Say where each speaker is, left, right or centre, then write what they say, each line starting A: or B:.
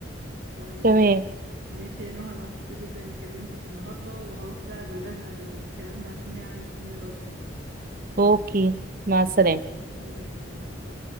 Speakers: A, on the right; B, on the right.
A: طيب
B: تمام
A: ماشي ماشي يا نهى انا مبسوطة جدا اني كلمتك النهاردة وهروح بقى ابلغها بالكلام ده عشان هي قاعدة مستنية ردي
B: أوكي مع
A: أوكي.
B: السلامة
A: الله يسلمك باي